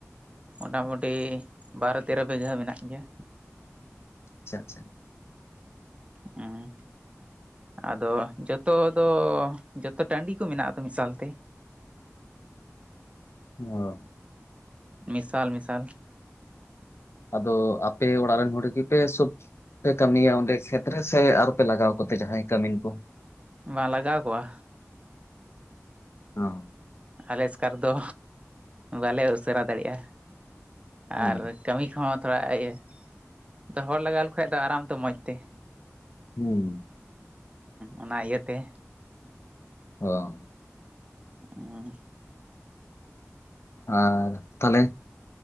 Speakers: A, on the right (about 25°); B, on the left (about 55°).
A: ᱢᱚᱴᱟᱢᱩᱴᱤᱼᱼ ᱵᱟᱨᱚ ᱛᱮᱨᱚ ᱵᱤᱜᱷᱟᱹ ᱢᱮᱱᱟᱜ ᱜᱮᱭᱟ᱾
B: ᱟᱪᱪᱷᱟ ᱟᱪᱪᱷᱟ
A: ᱦᱮᱸ ᱟᱫᱚ ᱡᱚᱛᱚ ᱫᱚᱼᱼ ᱡᱚᱛᱚ ᱴᱟᱹᱰᱤ ᱠᱚ ᱢᱮᱱᱟᱜ ᱟᱛᱚ ᱢᱮᱥᱟᱞ ᱛᱮ
B: ᱚ
A: ᱢᱤᱥᱟᱞ ᱢᱤᱥᱟᱞ
B: ᱟᱫᱚ ᱟᱯᱮ ᱚᱲᱟᱜ ᱨᱮᱱ ᱦᱚᱲ ᱜᱮᱯᱮ ᱥᱳᱯ ᱯᱮ ᱠᱟᱹᱢᱤᱭᱟ ᱚᱸᱰᱮ ᱥᱮ ᱠᱷᱮᱛ ᱨᱮ ᱥᱮ ᱟᱨᱼᱼ ᱯᱮ ᱞᱟᱜᱟᱣ ᱠᱟᱛᱮ ᱡᱟᱦᱟᱸᱭ ᱠᱟᱹᱢᱤᱱ ᱠᱚᱼᱼ
A: ᱵᱟᱝ ᱞᱟᱜᱟᱣ ᱠᱚᱣᱟ᱾
B: ᱚ
A: ᱟᱞᱮ ᱮᱥᱠᱟᱨ ᱫᱚ ᱵᱟᱞᱮ ᱩᱥᱟᱹᱨᱟ ᱫᱟᱲᱮᱜᱼᱟ
B: ᱦᱩᱸ
A: ᱟᱨᱼᱼ ᱠᱟᱹᱢᱤ ᱠᱚᱦᱚᱸ ᱛᱷᱚᱲᱟ ᱤᱭᱟᱹ ᱟᱫᱚ ᱦᱚᱲ ᱞᱟᱜᱟᱣ ᱞᱮᱠ ᱠᱷᱟᱡ ᱫᱚ ᱟᱨᱟᱢ ᱛᱮ ᱢᱚᱡᱽ ᱛᱮᱼᱼ
B: ᱦᱩᱸ
A: ᱚᱱᱟ ᱤᱭᱟᱹᱛᱮᱼᱼ
B: ᱚ
A: ᱚ
B: ᱟᱨ ᱛᱟᱦᱚᱞᱮ